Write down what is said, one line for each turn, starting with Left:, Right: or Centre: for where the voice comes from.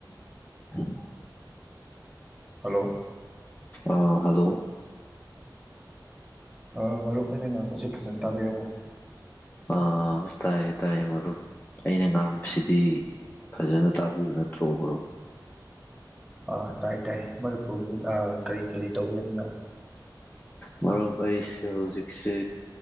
Left: ꯑ <unintelligible>
Centre: ꯍꯂꯣ
Left: ꯑꯥ ꯍꯜꯂꯣ
Centre: ꯑꯥ ꯃꯔꯨꯞ ꯑꯩꯅ ꯉꯥꯡꯕꯁꯤ ꯐꯖꯅ ꯇꯥꯕꯤꯔꯕꯣ
Left: ꯑ ꯇꯥꯏꯌꯦ ꯇꯥꯏꯌꯦ ꯃꯔꯨꯞ ꯑꯩꯅ ꯉꯥꯡꯕꯁꯤꯗꯤ ꯐꯖꯅ ꯇꯥꯕꯤꯕ ꯅꯠꯇ꯭ꯔꯣꯕ꯭ꯔꯣ
Centre: ꯑꯥ ꯇꯥꯏ ꯇꯥꯏ ꯃꯅꯤꯄꯨꯔ ꯍꯧꯖꯤꯛ ꯀꯔꯤ ꯀꯔꯤ ꯇꯧꯕꯤꯔꯝꯃꯤꯅꯣ
Left: ꯃꯔꯨꯞ ꯑꯩ ꯑꯩꯁꯦ ꯍꯧꯖꯤꯛꯁꯦ